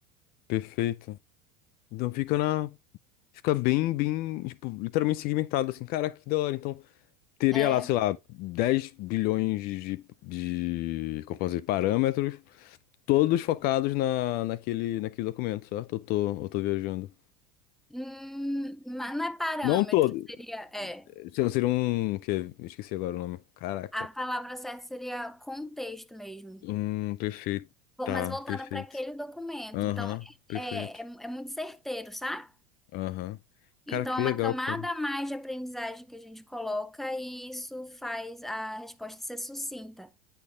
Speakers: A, on the left; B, in the centre.
A: perfeito. Então fica na. Fica bem, bem, tipo, literalmente segmentado assim. Cara, que da hora. Então. Teria
B: É,
A: lá, sei lá, 10 bilhões de, de, de, como posso dizer, parâmetros, todos focados na, naquele, naquele documento, certo? Eu tô, eu tô viajando.
B: hum, mas não é parâmetro,
A: Não todo.
B: seria, é.
A: Se- Seria um, que, esqueci agora o nome. Caraca.
B: A palavra certa seria contexto mesmo,
A: Um, perfeito.
B: Vo-
A: Tá,
B: mas voltada
A: perfeito.
B: para aquele documento.
A: Aham,
B: Então,
A: perfeito.
B: é, é, é muito certeiro, sabe?
A: Aham. Cara,
B: Então,
A: que
B: é
A: legal,
B: uma camada
A: cara.
B: a mais de aprendizagem que a gente coloca e isso faz a resposta ser sucinta.